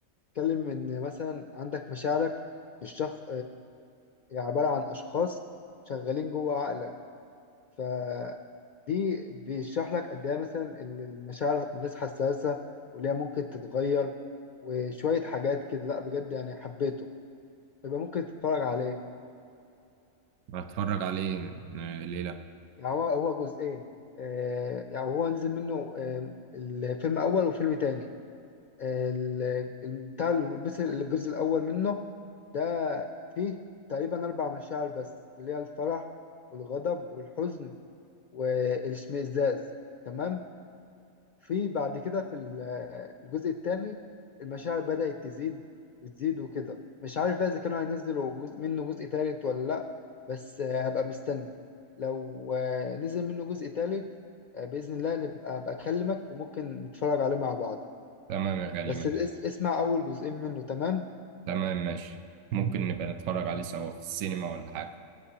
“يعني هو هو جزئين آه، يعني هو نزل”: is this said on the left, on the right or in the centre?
Left